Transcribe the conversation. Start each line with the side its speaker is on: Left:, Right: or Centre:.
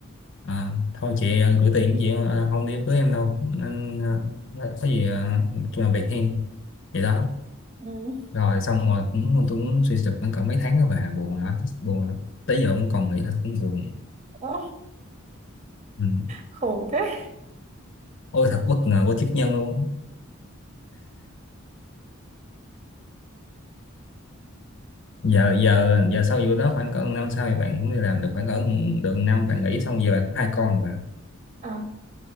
Left: à, thôi chị ờ, gửi tiền chị ờ, không đi đám cưới em đâu nên ờ, nói có gì ờ, chung là việc hiên vậy đó
Right: ừ,
Left: rồi xong rồi cũng tôi cũng suy sụp cũng cỡ mấy tháng đó và buồn lắm buồn lắm tới giờ cũng còn nghĩ là cũng buồn
Right: ơ,
Left: ừ.
Right: khổ thế.
Left: ôi thật bất ngờ của chức nhân luôn giờ giờ giờ sau vụ đó khoảng cỡ năm sau thì bạn cũng đi làm được khoảng cỡ được năm bạn nghỉ xong giờ bạn có hai con rồi bạn
Right: À,